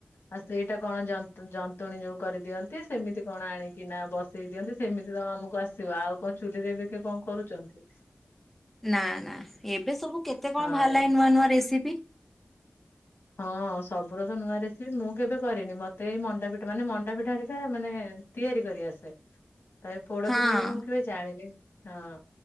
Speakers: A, on the left; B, in the centre.
A: ଆଉ ସେଇଟା କଣ ଜନ୍ତୁ ଜନ୍ତୁଣୀ ଯୋଉ କରିଦିଅନ୍ତି। ସେମିତି କଣ ଆଣିକି ନା ବସେଇ ଦିଅନ୍ତି ସେମିତି ତ ଆମକୁ ଆସିବ ଆଉ କ ଚୁଲିରେ ବିି କିଏ କଣ କରୁଚନ୍ତି?
B: ନା ନା ଏବେ ସବୁ କେତେ କଣ
A: ହଁ
B: ବାହାରଲାଣି
A: ଏ
B: ନୂଆ ନୂଆ ରେସିପି।
A: ହଁ ସବୁର ତ ନୂଆ ରେସିପି ମୁଁ କେବେ କରିନି ମତେ ଏଇ ମଣ୍ଡାପିଠା ମାନେ ମଣ୍ଡାପିଠା ହେରିକା ମାନେ ତିଆରି କରି ଆସେ ତ ଏ ପୋଡ
B: ହଁ।
A: ପିଠା ହେରିକା ମୁଁ କେବେ ଆଣିଲି ହଁ।